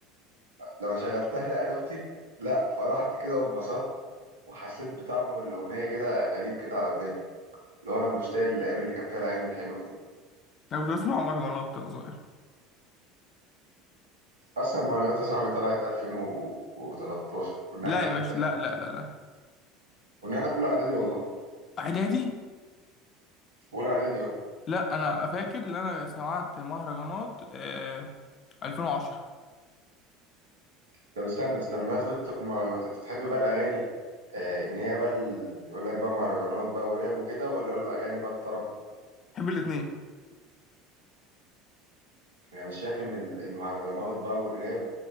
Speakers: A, on the right; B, on the left.
A: لما شغلتها لعيال اختي لا فرحت كده وانبسطت وحسيت بطعم الاغنيه كده غريب كده على وداني اللي هو انا مشتاق للايام اللي كان فيها الاغاني الحلوه دي
B: انا كنت بسمع مهرجانات وانا صغير
A: اصلا مهرجانات يا صاحبي طلعت 2013 كنا
B: لا
A: احنا
B: يا
A: في
B: باشا لا لا لا لا
A: كنا احنا في اولى اعدادي والله
B: اعدادي
A: في اولى اعدادي اه
B: لا انا فاكر ان انا سمعت مهرجانات آه 2010
A: طب استنى استنى بمناسبة المهرجانات انت بتحب بقى الأغاني آه إن هي بقى ال- يقول لك بقى مهرجانات بقى وراب وكده ولا له الأغاني بقى الطرب؟
B: بحب الاثنين
A: يعني مش شايف إن ال- المهرجانات بقى والراب